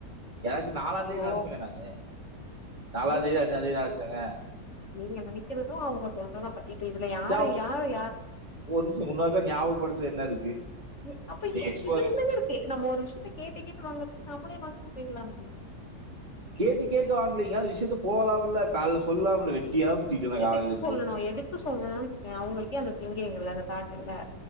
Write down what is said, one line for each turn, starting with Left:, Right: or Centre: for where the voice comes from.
Right: எனக்கு நாலாந்தேதி
Left: இப்போ
Right: நெனச்சங்க நானு நாலாந்தேதி
Left: நீங்க நென
Right: அஞ்சாந்தேதி நெனச்சங்க
Left: நீங்க நெனைக்குறது அவுங்க சொல்றது அப்ப இதுல யாரு
Right: சரி, அவங்க
Left: யாரு யார்
Right: ஒரு நிம்ஷோ இன்னோர்க்கா ஞாபகபடுத்துற என்ன இருக்கு
Left: எ அப்ப
Right: நீங்க
Left: எ
Right: எக்ஸ்போ
Left: இதுல என்னங்க இருக்கு நம்ம ஒரு விஷயத்த கேட்டு கேட்டு வாங்றதுக்கு நம்மளே வாங்கிட்டு பேய்ர்லாமே
Right: கேட்டு கேட்டு வாங்கலீங்க அது விஷயத்த போலாம்ல கால சொல்லாம்ல வெட்டியா சுத்திட்டு இருந்தேன்
Left: எதுக்
Right: காலையில இருந்து
Left: சொல்ணு எதுக்கு சொல்லணுனு கேக்க அவுங்ளுக்கே அந்த திங்கிங் இல்ல அந்த தாட்டில்ல